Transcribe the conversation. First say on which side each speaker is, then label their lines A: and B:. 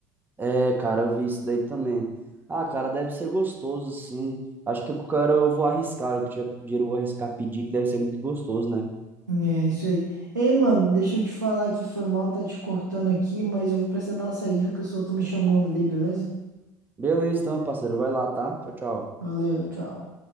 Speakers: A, on the right; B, on the right.
A: É, cara, eu vi isso daí também. Ah, cara, deve ser gostoso, sim. Acho que o cara eu vou arriscar, o que eu tiver com dinheiro eu vou arriscar pedir, que deve ser muito gostoso, né?
B: É isso aí. Ei, mano, deixa eu te falar que foi mal tá te cortando aqui, mas eu vou precisar dar uma saidinha, o pessoal tá me chamando ali, beleza?
A: Beleza, então, parceiro. Vai lá, tá? Tchau, tchau.
B: Valeu, tchau.